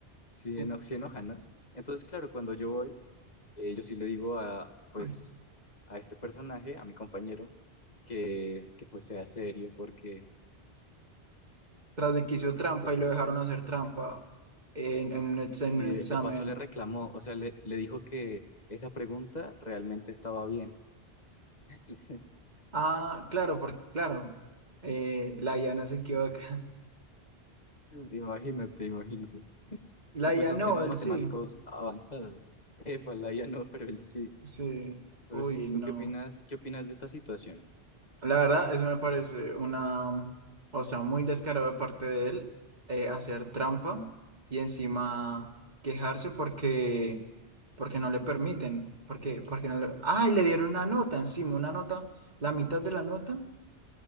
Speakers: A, on the left; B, on the right.
A: Sí,
B: mm,
A: eno- sí enoja, ¿no? Entonces, claro, cuando yo voy, eh, yo sí le digo a, pues,
B: uy.
A: a este personaje, a mi compañero, que, que pues sea serio, porque,
B: Tras de que hizo
A: porque
B: trampa
A: pues
B: y lo dejaron hacer trampa en, en un, ex- en
A: Y
B: un examen.
A: de, de paso le reclamó, o sea, le, le dijo que esa pregunta realmente estaba bien. <laughs>
B: Ah, claro, porque, claro, eh, la IA no se equivoca. <laughs>
A: Imagínate, imagínate. Y
B: La
A: pues
B: IA
A: son
B: no,
A: temas
B: él
A: matemáticos
B: sí.
A: avanzados. Éfala, ya no, pero él sí.
B: Sí.
A: Pero
B: Uy,
A: sí, ¿tú
B: no.
A: qué opinas? ¿Qué opinas de esta situación?
B: La verdad, eso me parece una, o sea, muy descarado de parte de él, eh, hacer trampa y encima quejarse porque, porque no le permiten. Porque, porque no le... ¡Ay! Le dieron una nota encima, una nota, la mitad de la nota.